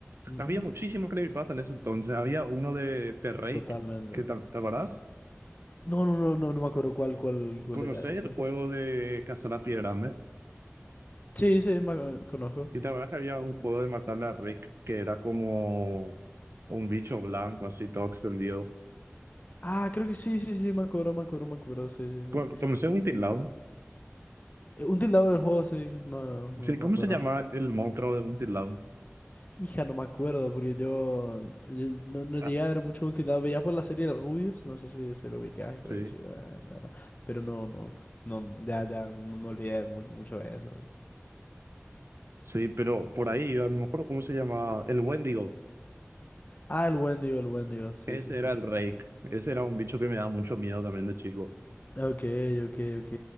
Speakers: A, on the left; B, on the right.
A: Ujú,
B: había muchísimos creepypasta en ese entonces. Había uno de Terrake,
A: Totalmente.
B: que te, ¿te acordás?
A: No, no, no, no, no me acuerdo cuál, cuál, cuál
B: Conocés
A: era esa.
B: el juego de cazar a pie grande.
A: Sí, sí, me acu- conozco.
B: Y te acordás que había un juego de matarle a Rick, que era como un bicho blanco, así todo extendido.
A: Ah, creo que sí, sí, sí, me acuerdo, me acuerdo, me acuerdo, sí, sí, sí.
B: Con- Conocés un
A: Y
B: tilao.
A: eh, un tildado del juego, sí, que me, me
B: Sí,
A: me
B: ¿cómo
A: acuerdo.
B: se llamaba el monstruo de un tilao?
A: Hija, no me acuerdo, porque yo, yo no, no
B: Ah,
A: llegué a ver mucho un tildado. Veía por la serie de Rubius, no sé si se lo ubicás, creo
B: Sí,
A: que sí, ah, no, no. Pero no, no, no, ya, ya, no me olvidé mucho, mucho de eso.
B: sí, pero por ahí, a lo mejor, ¿cómo se llamaba? El Wendigo.
A: Ah, el Wendigo, el Wendigo, sí,
B: Ese
A: sí, sí,
B: era el
A: sí,
B: Rake.
A: sí.
B: Ese era un bicho que me daba mucho miedo también de chico.
A: Ok, ok, ok.